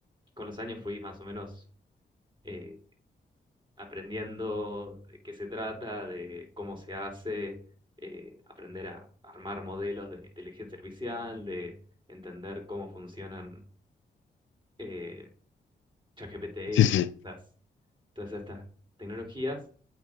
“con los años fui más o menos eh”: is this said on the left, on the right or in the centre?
Right